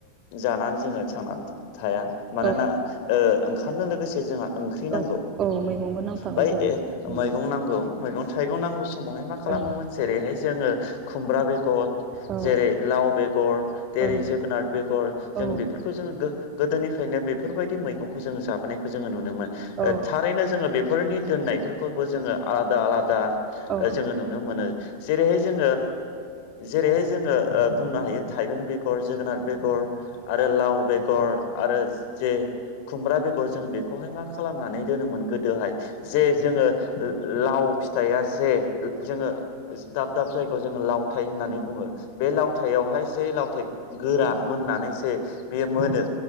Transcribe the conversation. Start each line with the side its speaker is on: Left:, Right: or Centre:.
Left: जानानै जोङो थांनानै थाब थाया मानोना
Right: औ
Left: ओ ओंखामनो लोगोसे जोंहा ओंख्रि नांगौ
Right: औ औ मैगंबो नांफागौ
Left: बाय
Right: जायो
Left: मैगं नांगौ मैगं थाइगं नांगौ समावहाय मा खालामोमोन
Right: औ
Left: जेरैहाय जोङो खुमब्रा बेद गर
Right: औ
Left: जेरै लाव बेगर जेरै
Right: औ
Left: जोगोनार बेगर जों
Right: औ
Left: बे बेफोरखौ जोङो गोदोनिफ्रायनो बेफोरबायदि मैगंखौ जोङो जाबोनायखौ जोङो नुनो मोन थारैनो
Right: औ
Left: जोङो बेफोरनि दोननायफोरखौबो जोङो आलादा आलादा
Right: औ
Left: जोङो नुनो मोनो। जेरैहाय जों जेरैहाय जोङो बुंनो हायो थाइबें बेगर जोगोनार बेग बेगर आरो लाव बेगर आरो जे खुमब्रा बेगर जोङो बेखौहाय मा खालामनानै दोनोमोन गोदोहाय जे जोङो लाव फिथाइया जे जोङो दाब दाब जायगायाव जोङो लावथाय होननानै बुङो बे लाव लावथायावहाय जे लावथाय गोरा मोननानै जे बेयो मोनो